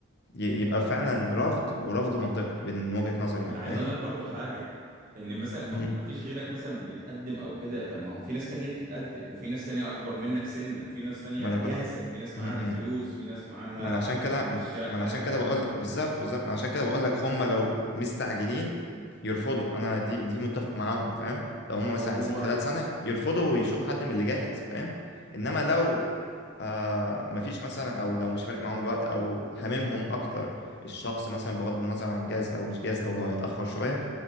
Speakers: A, on the left; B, on the right.
A: ي- يبقى فعلا رفض ورفض منطقي من وجهة نظري يعني
B: انا عايز
A: فاهمني
B: اقول لك برضو حاجة ان مثلا ما
A: مم.
B: هو ما فيش غيرك مثلا بيتقدم او كده طب ما هو في ناس تانية بتتقدم وفي ناس تانية اكبر منك سن وفي ناس تانية
A: ما انا
B: جاهزة
A: كنت
B: في ناس
A: م-
B: معاها الفلوس
A: م.
B: في ناس معاها
A: ما انا عشان كده ما
B: الشقة
A: انا عشان
B: فاهم
A: كده بقول لك بالظبط بالظبط ما انا عشان كده بقول لك هم لو مستعجلين يرفضوا انا دي دي متفق معاهم فاهم لو هم مثلا
B: هو
A: عايزين خلال سنة يرفضوا ويشوفوا حد من اللي جاهز فاهم انما لو آه مفيش مثلا او لو مش فارق معاهم الوقت او هاممهم اكتر الشخص مثلا بغض النظر عن جاهز او مش جاهز او لو هيتأخر شوية